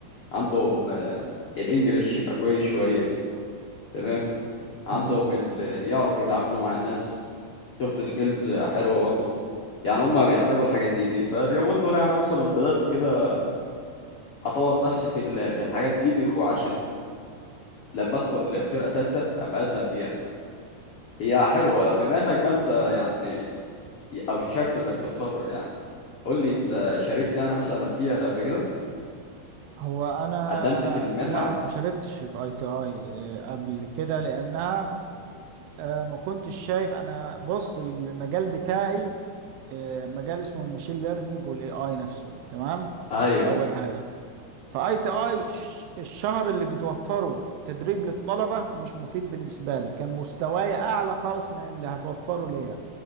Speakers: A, on the left; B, on the right.
A: عندهم آه، الانجليش يبقى كويس شويه تمام عندهم
B: تمام
A: ال- يعرفوا يتعاملوا مع الناس سوفت سكيلز حلوه برضه يعني هم بيحتاجوا الحاجات دي دي فاليومين دول يعني مثلا بدات كده اطور نفسي في ال- في الحاجات دي دي وعشان لما ادخل فرقه ثالثه ابقى اقدم فيها هي حلوه بما انك بقى انت يعني اوشكت انك تتخرج يعني قول لي انت شاركت يعني مثلا فيها قبل كده
B: هو انا
A: قدمت في المنحه
B: لا انا ما شاركتش في اي تي اي آه، قبل كده لانها آه، ما كنتش شايف انا بص المجال بتاعي آه، مجال اسمه الماشين ليرنينج والاي اي نفسه تمام
A: ايوه
B: اول حاجه فاي تي اي الشهر اللي بتوفره تدريب للطلبه مش مفيد بالنسبه لي كان مستواي اعلى خالص من اللي هتوفره ليا